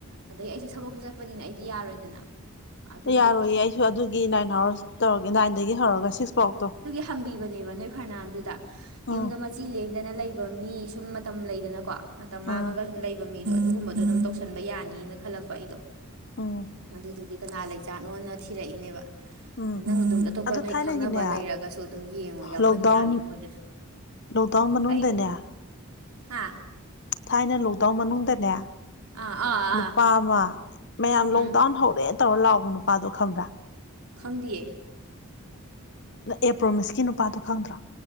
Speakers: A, on the right; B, on the left.
A: ꯑꯗꯩ ꯑꯩꯁꯨ ꯊꯕꯛꯁꯨ ꯆꯠꯄꯅꯤꯅ ꯑꯩꯗꯤ ꯌꯥꯔꯣꯏꯗꯅ ꯑꯗꯨꯏ
B: ꯌꯥꯔꯣꯏꯌꯦ
A: ꯇꯣꯛꯊꯣꯛꯑꯦ
B: ꯑꯩꯁꯨ ꯑꯗꯨꯒꯤ ꯅꯥꯏꯟ ꯑꯋꯥꯔꯁ ꯇꯧꯔꯒꯦ ꯅꯥꯏꯟꯗꯒꯤ ꯍꯧꯔꯒ ꯁꯤꯛꯁ ꯐꯥꯎꯛꯇꯣ
A: ꯊꯝꯕꯤꯕꯅꯦꯕ ꯅꯣꯏ ꯐꯔꯅꯥꯟꯗꯨꯗ ꯌꯨꯝꯗ
B: ꯎꯝ
A: ꯆꯤ ꯂꯦꯡꯗꯅ ꯂꯩꯕ ꯃꯤ ꯁꯨꯝ ꯃꯇꯝ ꯂꯩꯗꯅꯀꯣ ꯃꯇꯝ ꯃꯥꯡꯉꯒ
B: ꯎꯝ
A: ꯁꯨꯝ ꯂꯩꯕ ꯃꯤ <unintelligible> ꯑꯗꯨꯒꯨꯝꯕꯗꯣ ꯑꯗꯨꯝ ꯇꯧꯁꯟꯕ ꯌꯥꯅꯤꯅ ꯈꯜꯂꯛꯄ ꯑꯩꯗꯣ
B: <unintelligible>
A: ꯑꯗꯨꯗꯨꯒꯤ ꯀꯅꯥ ꯂꯩꯖꯥꯠꯅꯣꯅ ꯊꯤꯔꯛꯏꯅꯦꯕ
B: ꯎꯝ
A: ꯅꯪ ꯑꯗꯨꯝ ꯑꯇꯣꯞꯄ
B: ꯑꯗꯣ
A: ꯅꯣꯏ
B: ꯊꯥꯏꯅꯒꯤꯅꯦ
A: ꯈꯪꯅꯕ ꯂꯩꯔꯒꯁꯨ ꯑꯗꯨꯝ ꯌꯦꯡꯉꯣ ꯌꯥꯎꯍꯟ
B: ꯂꯣꯛꯗꯥꯎꯟ
A: ꯌꯥꯅꯤ ꯃꯣꯏꯗꯁꯨ
B: ꯂꯣꯛꯗꯥꯎꯟ ꯃꯅꯨꯡꯗꯅꯦ
A: ꯑꯩ ꯍꯥ
B: ꯊꯥꯏꯅ ꯂꯣꯛꯗꯥꯎꯟ ꯃꯅꯨꯡꯗꯅꯦ
A: ꯑꯥ ꯑꯥ
B: ꯅꯨꯄꯥ
A: ꯑꯥ
B: ꯑꯃ ꯃꯌꯥꯝ
A: ꯎꯝ
B: ꯂꯣꯛꯗꯥꯎꯟ ꯍꯧꯔꯦ ꯇꯧꯔ ꯂꯥꯎꯕ ꯅꯨꯄꯥꯗꯣ ꯈꯪꯕ꯭ꯔꯥ
A: ꯈꯪꯗꯤꯌꯦ
B: ꯑꯗ ꯑꯦ ꯄ꯭ꯔꯣꯃꯤꯁꯀꯤ ꯅꯨꯄꯥꯗꯣ ꯈꯪꯗ꯭ꯔꯣ